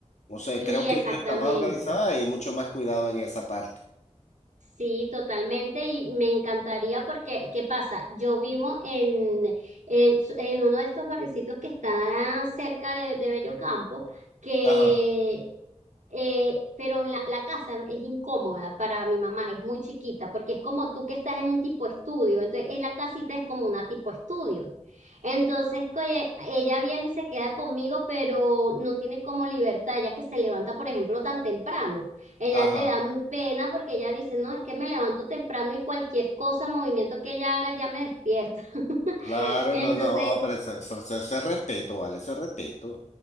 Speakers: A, on the left; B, on the right.
A: No sé,
B: sí,
A: creo
B: exactamente.
A: que yo está más organizada y hay mucho más cuidado en esa parte.
B: Sí, totalmente. Y me encantaría porque, ¿qué pasa? Yo vivo en, en, en uno de estos barricitos que está cerca de, de Bello Campo, que
A: Ajá,
B: Eh, pero la, la casa es incómoda para mi mamá, es muy chiquita, porque es como tú que estás en un tipo estudio, entonces eh, la casita es como una tipo estudio. Entonces, oye, ella viene y se queda conmigo, pero no tiene como libertad, ya que se levanta, por ejemplo, tan temprano. Ella
A: ajá.
B: le da pena porque ella dice, no, es que me levanto temprano y cualquier cosa, movimiento que ella haga, ya me despierta. <laughs>
A: Claro,
B: Entonces,
A: no, no, pero eso, eso- eso- eso es respeto, ¿vale? Eso es respeto.